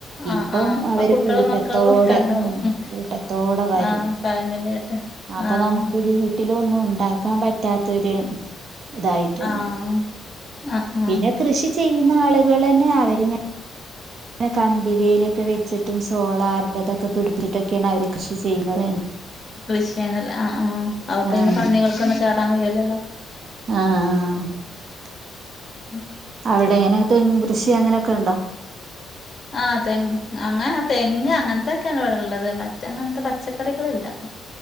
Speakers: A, on the right; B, on the left.
A: ഇപ്പം
B: ആഹ് ആഹ് അപ്പൊ
A: അവര്
B: കുട്ടികളും
A: കൂട്ടത്തോടെ
B: മക്കളും ഒക്കെ ഇണ്ടാവും
A: ഉം കൂട്ടത്തോടെ വരും.
B: ആഹ് ഫാമിലി ആയിട്ട്
A: അപ്പ
B: ആഹ്
A: നമുക്ക് വീട്ടിലൊന്നും ണ്ടാക്കാൻ പറ്റാത്തോര് ഇതായിട്ട്ണ്.
B: ആഹ് ആഹ് ആഹ്
A: പിന്നെ കൃഷി ചെയ്യുന്ന ആള്കളെന്നെ അവരിങ്ങ ഇങ്ങനെ കമ്പിവേലി ഒക്കെ വെച്ചിട്ടും സോളാറിന്റെ ഇതൊക്കെ പിട്പ്പിച്ചിട്ടൊക്കെയാണ് അവര് കൃഷി ചെയ്യുന്നതന്നെ
B: കൃഷിണല്ലേ അഹ് ആഹ് അപ്പൊ പിന്നെ
A: ആഹ്
B: പന്നികൾക്കൊന്നും കേറാൻ കയുലല്ലോ.
A: ആഹ് ആഹ്
B: ഉം
A: അവിടെ എങ്ങനെ തെങ്‌ കൃഷി അങ്ങനെയൊക്കെ ഇണ്ടോ.
B: ആഹ് തെങ് അങ്ങ തെങ്ങ് അങ്ങൻത്തോക്കേണ് ഇവിടെ ഇള്ളത്. മറ്റെഅങ്ങൻത്തെ പച്ചക്കറികള് ഇല്ല.